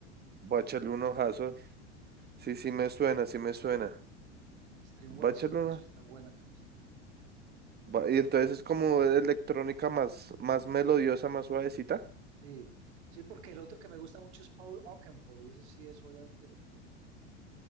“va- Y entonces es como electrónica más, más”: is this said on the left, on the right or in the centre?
Right